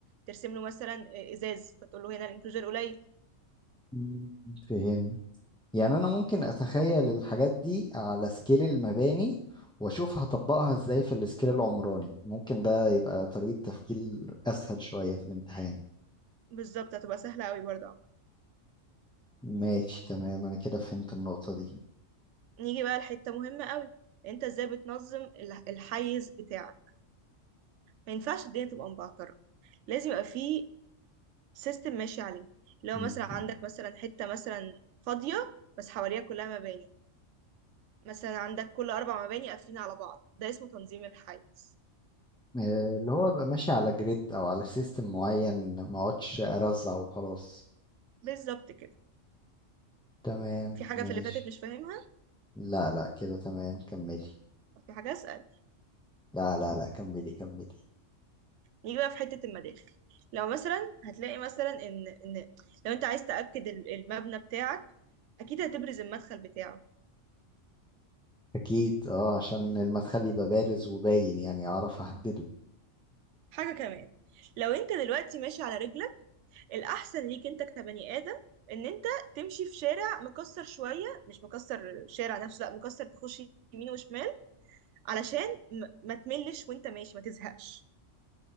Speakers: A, on the right; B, in the centre.
A: ترسم له مثلا آه، ازاز فتقول له هنا الانكلوجر قليل
B: مم، فهم يعني انا ممكن
A: بس-
B: اتخيل الحاجات دي على سكيل المباني واشوف هطبقها ازاي في السكيل العمراني ممكن ده يبقى طريقة تفكير اسهل شوية في الامتحان
A: بالظبط هتبقى سهله قوي برضه
B: ماشي تمام انا كده فهمت النقطة دي
A: نيجي بقى لحتة مهمة قوي انت ازاي بتنظم ال- الحيز بتاعك ما ينفعش الدنيا تبقى مبعترة لازم يبقى في سيستم ماشي عليه لو
B: م.
A: مثلا عندك مثلا حتة مثلا فاضية بس حواليها كلها مباني مثلا عندك كل أربع مباني قافلين على بعض ده اسمه تنظيم الحيز
B: آه، اللي هو بقى ماشي على جريد او على سيستم معين ما اقعدش ارزع وخلاص
A: بالظبط كده
B: تمام
A: في حاجة
B: ماشي
A: في اللي فاتت مش فاهمها
B: لا لا كده تمام كملي
A: طب في حاجة أسأل
B: لا لا لا كملي كملي
A: نيجي بقى في حتة المداخل لو مثلا هتلاقي مثلا إن إن لو أنت عايز تأكد ال- المبنى بتاعك أكيد هتبرز المدخل بتاعه
B: اكيد اه عشان المدخل يبقى بارز وباين يعني اعرف احدده
A: حاجة كمان لو انت دلوقتي ماشي على رجلك الأحسن ليك انت كبني آدم ان انت تمشي في شارع مكسر شوية مش مكسر الشارع نفسه لا مكسر تخش يمين وشمال علشان م- ما تملش وانت ماشي ما تزهقش